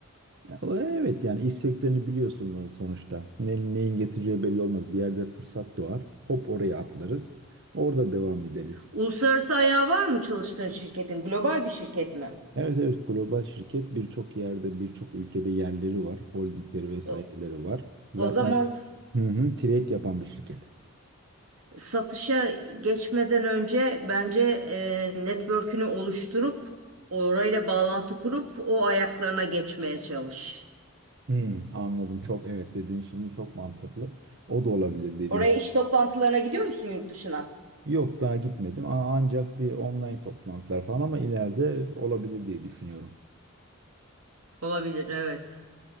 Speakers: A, on the right (about 55°); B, on the right (about 80°).
A: Ya, o evet yani iş sektörünü biliyorsun e, sonuçta. Ne, neyin getireceği belli olmaz. Bir yerde fırsat doğar. Hop oraya atlarız. Orada devam ederiz.
B: Uluslararası ayağı var mı çalıştığın şirketin? Global bir şirket mi?
A: Evet evet global şirket birçok yerde birçok ülkede yerleri var. Holdingleri vesaireleri
B: O,
A: var. Zaten
B: o zaman s-
A: hı hı, trade yapan bir şirket.
B: satışa geçmeden önce bence e, network'ünü oluşturup orayla bağlantı kurup o ayaklarına geçmeye çalış.
A: Hmm, anladım çok evet dediğin şimdi çok mantıklı. O da olabilir dediğin.
B: Oraya iş toplantılarına gidiyor musun yurt dışına?
A: Yok daha gitmedim A- ancak bir online toplantılar falan ama ileride olabilir diye düşünüyorum.
B: Olabilir, evet.